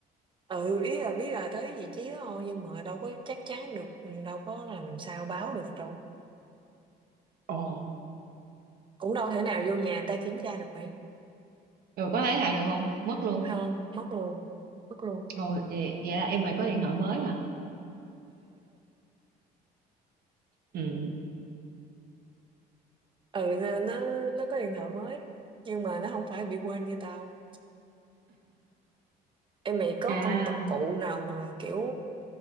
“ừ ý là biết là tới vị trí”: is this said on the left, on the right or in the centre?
Right